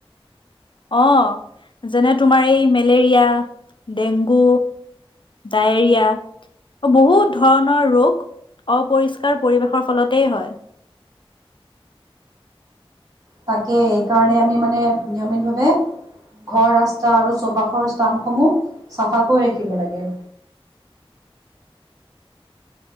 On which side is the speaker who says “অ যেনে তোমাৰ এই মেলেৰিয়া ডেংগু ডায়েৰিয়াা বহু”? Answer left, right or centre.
Left